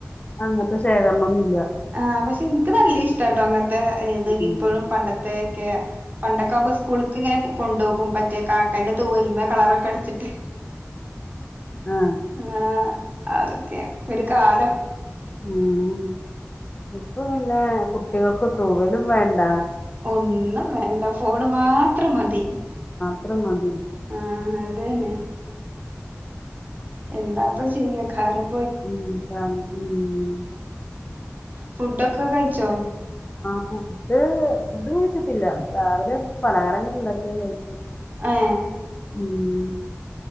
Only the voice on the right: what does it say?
ആ പക്ഷെ എനിക്ക് നല്ല ഇഷ്ടാട്ടോ അങ്ങനത്തെ ഇത്
ഇപ്പോഴും
പണ്ടത്തെ ക്കെ പണ്ടൊക്കെആവുപോ സ്കൂളക്ക് ഇങ്ങനെ കൊണ്ടുപോകും മറ്റേ കാക്കന്റെ തൂവല്മേ കളറൊക്കെ അടിച്ചിട്ട്
ങേ ആ അതൊക്കെ ഒരു കാലം
ഒന്നും വേണ്ട ഫോണ് മാത്രം മതി
ആ അതന്നെ എന്താപ്പ ചെയ്യക്കാരം
ഫുഡൊക്കെ കഴിച്ചോ
ഏഹ്